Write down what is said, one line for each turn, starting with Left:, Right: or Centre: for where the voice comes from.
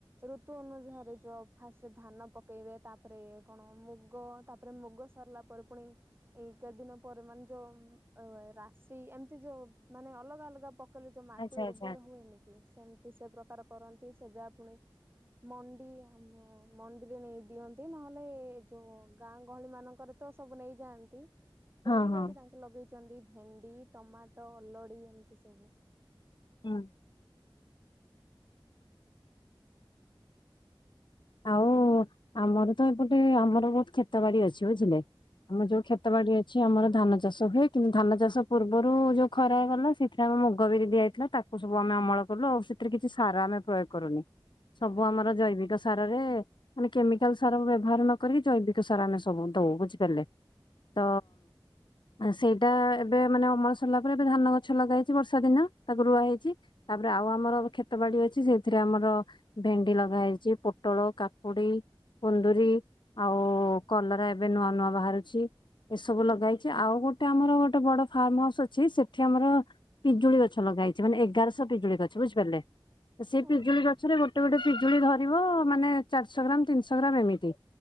Right: ଋତୁ ଅନୁଯାରେୀରେ ଯ ଫାଷ୍ଟ ଧାନ ପକେଇବେ, ତାପରେ ଇ କଣ ମୁଗ ତାପରେ ମୁଗ ସାରିଲା ପରେ ପୁଣି ଏ କେତେ ଦିନ ପ ମାନେ ଯୋଉ ରାଶି ଏମ ଯୋଉ ମାନେ ଅଲଗା ଅଲଗା ପକେଇଲେ ଯୋଉ ମାଟି
Left: ଆଚ୍ଛା
Right: ଉର୍ବର
Left: ଆଚ୍ଛା
Right: ହୁଏନି କି କି ସେମିତି ସେ ପ୍ରକାର କରନ୍ତି ସେ ଯାହା ପୁଣି ମଣ୍ଡି ଆ ମଣ୍ଡିରେ ନେଇ ଦିଅନ୍ତି ନହେଲେ ଏ ଯୋଉ ଗାଁ ଗହଳି ମାନଙ୍କର ତ ସବୁ ନେଇଯାଆନ୍ତି ପରିବା
Left: ହଁ ହଁ
Right: ବି ତାଙ୍କେ ଲଗେଇଛନ୍ତି ଭେଣ୍ଡି, ଟମାଟୋ, ଅଲଡି ଏମିତି ସବୁ
Left: ହୁଁ ଆଉ ଆମର ତ ଏପଟେ ଆମର ବହୁତ ଖ୍ଷେତ ବାଡି ଅଛି ବୁଝିଲେ। ଆମ ଯୋଉ ଖେତ ବାଡି ଅଛି ଆମର ଧାନ ଚାଷ ହୁଏ। କିନ୍ତୁ ଧାନ ଚାଷ ପୂର୍ବରୁ ଯଉ ଖରା ଗଲା ସେଥିରେ ଆମେ ମୁଗ ବିରି ଦିଆଯାଇଥିଲା ତାକୁ ସବୁ ଆମେ ଅମଳ କଲୁ ଆଉ। ତିରେ କିଛି ସାର ଆମେ ପ୍ରଯୋଗ କରୁନି ସବୁ ଆମର ଜୈବିକ ସାରରେ ମାନେ କେମିକାଲ ସାର ବ୍ୟବହାର ନକିକି ଜୈବିକ ସାର ଆମେ ସବୁ ଦଉ ବୁଝିପାରିଲେ। ତ
Right: ହଁ <inaudible>
Left: ସେଇଟା ଏବେ ମାନେ ଅମଳ ସରିଲା ପରେ ଏବେ ଧାନ ଗଛ ଲଗା ହେେଇଛି ବର୍ଷା ଦିନ ତାକୁ ରୁଆ ହେେଇଛି ତାପରେ ଆଉ ଆମର ଖେତ ବାଡି ଅଛି ସେଇଥିରେ ଆମର ଭେଣ୍ଡି ଲଗା ହୋଇଛି ପୋ ପୋଟଳ, କାକୁଡି, କୁନ୍ଦରିୀ ଆଉ କଲରା ଏବେ ନୂଆ ନୂଆ ବାହାରୁଛି। ଏସବୁ ଲଗା ହେଇଛି ଆଉ ଗୋଟେ ଆମର ଗୋଟେ ବଡ ଫାର୍ମ ହାଉସ ଅଛି ସେଠି ଆମର। ପିଜୁଳି ଗଛ ଲଗା ହେଇଛି ମାନେ ଏଗାରଶହ ପିଜୁଳି ଗଛ ବୁଝିପାରିଲେ। ସେଇ
Right: ଓହୋ
Left: ପିଜୁଳି ଗଛରେ ଗୋଟେ ଗୋଟେ ପିଜୁଳି ଧରିବ। ମାନେ ଚାରିଶ ଗ୍ରାମ ତିନିଶ ଗ୍ରାମ ଏମିତି।